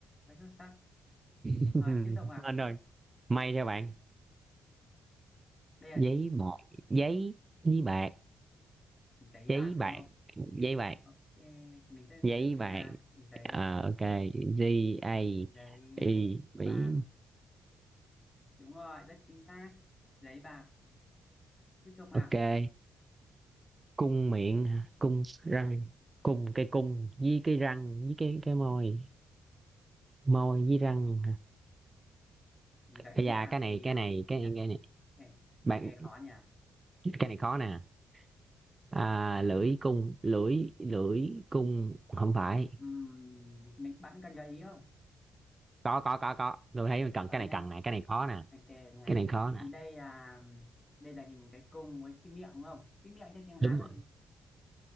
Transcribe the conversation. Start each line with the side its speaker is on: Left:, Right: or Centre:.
Left: rất xuất sắc
Right: <laughs>
Left: rồi tiếp tục ạ
Right: anh ơi may cho bạn
Left: đây là
Right: giấy
Left: gì
Right: bạc giấy với bạc
Left: giấy
Right: giấy
Left: bạc
Right: bạc
Left: đúng không
Right: giấy bạc
Left: ok mình sẽ
Right: giấy
Left: thử
Right: bạc
Left: nha giấy
Right: Ờ,
Left: bạc
Right: ok G A
Left: giấy
Right: I Mỹ
Left: bạc đúng rồi rất chính xác giấy bạc tiếp tục
Right: ok
Left: ạ
Right: cung miệng cung răng cung cái cung với cái răng với cái cái môi môi với răng
Left: mình gợi
Right: Ây
Left: ý
Right: da
Left: nhá
Right: cái này
Left: thì
Right: cái
Left: à,
Right: này
Left: cái,
Right: cái cái này
Left: cái,
Right: bạn
Left: cái khó nhỉ
Right: cái này khó nè à, lưỡi cung lưỡi lưỡi cung không phải
Left: Ừm, mình bạn cần gợi ý không?
Right: có có có có tôi thấy mình cần
Left: đó
Right: cái này
Left: nha,
Right: cần này cái này khó nè
Left: mình kể nha.
Right: cái này khó nè
Left: Thì đây là đây là hình cái cung với cái miệng đúng không? Cái miệng cho tiếng Hán
Right: đúng
Left: là
Right: rồi
Left: gì?